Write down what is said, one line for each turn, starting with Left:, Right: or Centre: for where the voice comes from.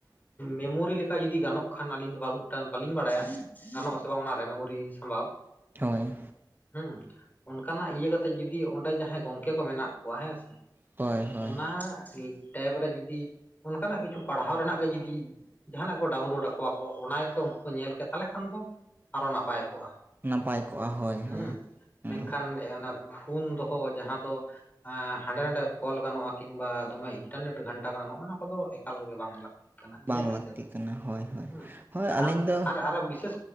Left: ᱢᱮᱢᱳᱨᱤ ᱞᱮᱠᱟ ᱡᱩᱫᱤ ᱜᱟᱱᱚᱜ ᱠᱷᱟᱱ ᱟᱹᱞᱤᱧ ᱫᱚ ᱢᱤᱫ ᱴᱟᱝ ᱵᱟᱹᱞᱤᱧ ᱵᱟᱲᱟᱭᱟ᱾ ᱜᱟᱱᱚᱜ-ᱟ ᱥᱮ ᱵᱟᱝ ᱚᱱᱟ ᱨᱮ ᱢᱮᱢᱳᱨᱤ ᱥᱟᱢᱵᱷᱟᱣ
Right: ᱦᱳᱭ
Left: ᱦᱮᱸ ᱚᱱᱠᱟᱱᱟᱜ ᱤᱭᱟᱹ ᱠᱟᱛᱮᱜ ᱡᱩᱫᱤ ᱚᱸᱰᱮ ᱡᱟᱦᱟᱸᱭ ᱜᱚᱝᱠᱮ ᱠᱚ ᱢᱮᱱᱟᱜ ᱠᱚᱣᱟ ᱦᱮᱸ ᱥᱮ
Right: ᱦᱳᱭ ᱦᱳᱭ
Left: ᱚᱱᱟᱴᱮᱯ ᱨᱮ ᱡᱩᱫᱤ ᱚᱱᱠᱟᱱᱟᱜ ᱠᱤᱪᱷᱩ ᱯᱟᱲᱦᱟᱣ ᱨᱮᱱᱟᱜ ᱜᱮ ᱡᱩᱫᱤ ᱡᱟᱦᱟᱱᱟᱜ ᱠᱚ ᱰᱟᱣᱩᱱᱞᱳᱰ ᱟᱠᱚᱣᱟ ᱠᱚ ᱚᱱᱟᱠᱚ ᱩᱱᱠᱩ ᱧᱮᱞ ᱠᱮ ᱛᱟᱦᱚᱞᱮ ᱠᱷᱟᱱ ᱫᱚ ᱟᱨᱚ ᱱᱟᱯᱟᱭ ᱠᱚᱜ-ᱟ
Right: ᱱᱟᱯᱟᱭ ᱠᱚᱜᱼᱟ ᱦᱳᱭ ᱦᱳᱭ
Left: ᱦᱩᱸ
Right: ᱦᱩᱸ
Left: ᱢᱮᱱᱠᱷᱟᱱ ᱚᱱᱟ ᱦᱩᱱ ᱫᱚᱦᱚ ᱡᱟᱦᱟᱸ ᱫᱚ ᱦᱟᱸᱰᱮ ᱱᱷᱟᱰᱮ ᱠᱚᱞ ᱜᱟᱱᱚᱜ-ᱟ ᱠᱤᱝᱵᱟ ᱫᱚᱢᱮ ᱤᱱᱴᱟᱨᱱᱮᱴ ᱜᱷᱟᱱᱴᱟ ᱜᱟᱱᱚᱜ ᱠᱚ ᱫᱚ ᱮᱠᱟᱞ ᱜᱮ ᱵᱟᱝ ᱞᱟᱹᱠᱛᱤ᱾
Right: ᱵᱟᱝ
Left: ᱤᱧᱟᱹᱜ
Right: ᱞᱟᱹᱠᱛᱤ
Left: ᱞᱟᱹᱭ ᱛᱮᱫᱚ
Right: ᱠᱟᱱᱟ ᱦᱳᱭ ᱦᱳᱭ
Left: ᱦᱮᱸ
Right: ᱦᱳᱭ ᱟᱹᱞᱤᱧ
Left: ᱟᱨ
Right: ᱫᱚ
Left: ᱟᱨ ᱟᱨᱚ ᱵᱤᱥᱮᱥ